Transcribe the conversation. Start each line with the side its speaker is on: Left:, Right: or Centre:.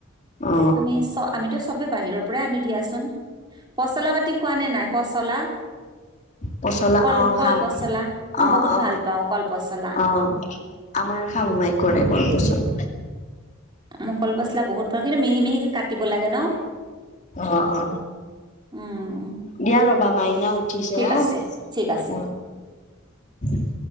Left: অ
Right: আমি চ' আমিতো চবে বাহিৰৰ পৰাই আনি দিয়াচোন পচলা পাতি খোৱা নে নাই পচলা?
Left: পচলা
Right: কল
Left: অ
Right: কল
Left: খাওঁ
Right: পচলা মই
Left: অ
Right: বহুত
Left: অ অ
Right: ভাল পাওঁ কল পচলা
Left: অ আমাৰ খাওঁ। মাই কৰে কলপচলা
Right: মই কলপচলা বহুত বাৰ কিন্তু মিহি মিহিকে কাটি কাতিব লাগে ন
Left: অ অ
Right: উম।
Left: দিয়া ৰ'বা মাইনা উঠিছে
Right: ঠিক
Left: হা
Right: আছে ঠিক আছে
Left: <inaudible>